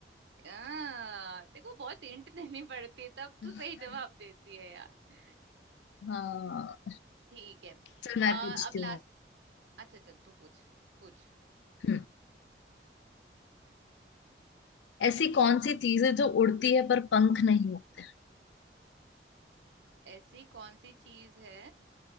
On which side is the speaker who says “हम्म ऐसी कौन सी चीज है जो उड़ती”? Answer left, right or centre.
Left